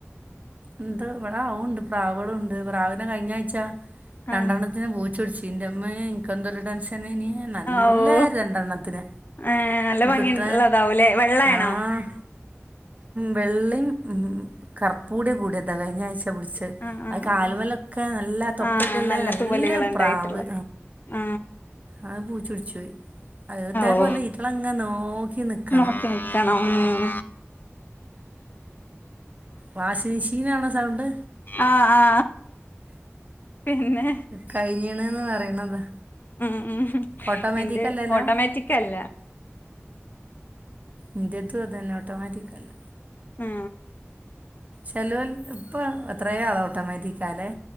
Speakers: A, on the right; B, on the left.
A: ഉണ്ട് ഇവിടെ ആണ്ട് പ്രാവുകളും ഉണ്ട് പ്രാവിനെ കഴിഞ്ഞ ആഴ്ച്ച രണ്ടെണ്ണത്തിന്
B: ആ
A: പൂച്ചൊടിച്ചു ന്റെമ്മ ഇനിക്കെന്തരു ടെൻഷൻ ആയിരുന്നു നല്ല
B: ഓ
A: രണ്ടെണ്ണത്തിന്
B: ഏ നല്ല ഭംഗിയുള്ളതാവൂലേ
A: കുട്ട
B: വെള്ളയാണോ
A: ആഹ് വെള്ളം കർപ്പൂടിയ കൂടിയതാണ് കഴിഞ്ഞ ആഴ്ച ചച്ച പിടിച്ച
B: ആഹ് ആഹ്
A: അത കാല്മലൊക്കെ
B: ആഹ്
A: നല്ല തൊപ്പൊക്കെല്ലേ
B: ആ
A: നല്ല
B: തൂവലുകൾ ഉണ്ടായിട്ടുള്ള
A: പ്രാവ്
B: ആ
A: അത് പൂച്ചൊടിച്ചുപയി അ ഇതേപോലെ
B: ഓ
A: ഇീട്ടളങ്ങ നോക്കി നിക്കണം
B: നോക്കി നിക്കണം ഉം
A: വാഷിംഗ് മെഷീനാണോ സൗണ്ട്
B: ആ ആ പിന്നെ
A: കഴഞ്ഞണന്ന് പറയണതാ
B: ഉ
A: ഓട്ടോമാറ്റിക്
B: എന്റെ
A: അല്ലല്ലോ
B: ഓട്ടോമാറ്റിക്കല്ല
A: ഇന്ത്യത്തും അതനെ ഓട്ടോമാറ്റിക്കല്ല
B: ആ
A: ചെലവൽ ഇപ്പോൾ എത്രയ ആള ഓട്ടോമാറ്റിക്കല്ലേ